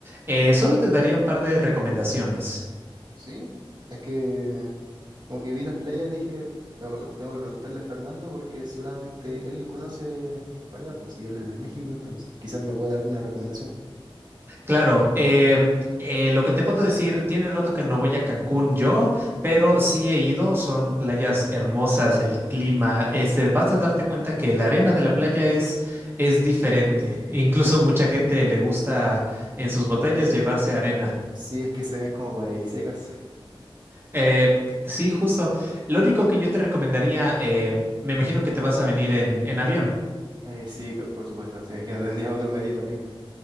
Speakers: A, on the right; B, on the right.
A: Eh, solo te daría un par de recomendaciones.
B: ¿sí? Es que como que vi las playas y dije, tengo, tengo que preguntarle a Fernando porque seguramente él conoce para allá, pues si él es de México, entonces quizás me pueda dar algunas recomendaciones.
A: Claro, eh, eh, lo que te puedo decir, tiene rato que no voy a Cancún yo, pero sí he ido, son playas hermosas, el clima, este, vas a darte cuenta que la arena de la playa es, es diferente, <laughs> incluso mucha gente le gusta en sus botellas llevarse arena.
B: Sí, es que se ven como paradisíacas.
A: Eh, sí, justo, lo único que yo te recomendaría, eh, me imagino que te vas a venir en, en avión,
B: Eh, sí, co- por supuesto, sí, <laughs> es que no tendría otro medio para irme.